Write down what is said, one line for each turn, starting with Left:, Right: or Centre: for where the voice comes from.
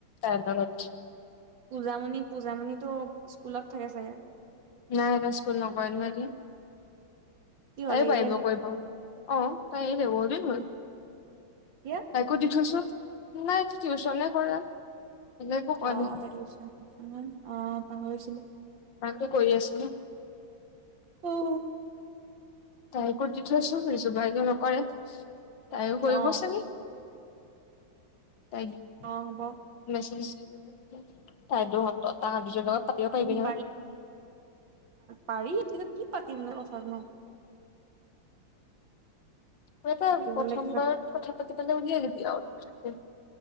Left: তাইৰ লগত।
Right: পূজামণি, পূজামণিতো স্কুলত থাকে ছাগে?
Left: নাই, এতিয়া স্কুল নকৰে নহয়, এতিয়া।
Right: কি হ'ল
Left: তাইও
Right: এৰিলে
Left: পাৰিব
Right: নি
Left: কৰিব। অ'! তাই এৰিলে বহুত দিন হ'ল।
Right: কিয়?
Left: তাইকো দি থৈছোঁ, নাই টিউচনে কৰা। বেলেগ একো
Right: অ'!
Left: নাই।
Right: তাই টিউচন, অ'! পাহৰিছিলোঁ।
Left: তাতো কৰি আছিলোঁ।
Right: <unintelligible>
Left: তাইকো দি থৈছোঁ, ৰিজো বায়েকেও নকৰে। তাইও কৰিব
Right: অ'
Left: চাগে। <unintelligible>
Right: অ'! হ'ব।
Left: <unintelligible> তাহাত দুজনীৰ লগত। পাতিব পাৰিবি
Right: <unintelligible>
Left: নহয়
Right: পাৰি, কিন্তু কি পাতিম নো, কথানো!
Left: কিবা এটা
Right: পাতিবলে
Left: প্ৰথম
Right: কিবা
Left: বাৰত, কথা পাতিবলৈ ওলাই ল'বি আৰু।